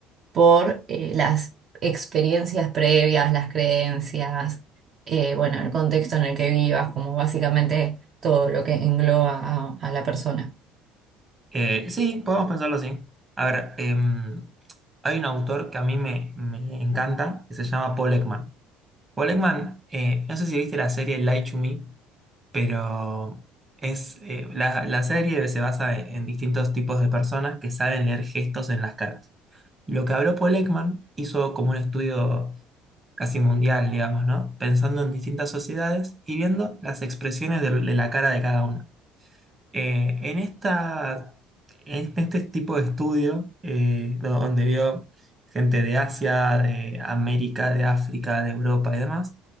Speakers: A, on the right; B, on the right.
A: por eh, las experiencias previas, las creencias, eh, bueno, el contexto en el que vivas, como básicamente todo lo que engloba a, a la persona.
B: Eh, sí, podemos pensarlo así. A ver, em, hay un autor que a mí me, me encanta, que se llama Paul Ekman. Paul Ekman, eh, no sé si viste la serie Lie to Me, pero es eh, la, la serie se basa en, en distintos tipos de personas que saben leer gestos en las caras. Lo que habló Paul Ekman hizo como un estudio casi mundial, digamos, ¿no? Pensando en distintas sociedades y viendo las expresiones de, de la cara de cada una. Eh, en esta, en este tipo de estudio, eh, do- donde vio gente de Asia, de América, de África, de Europa y demás,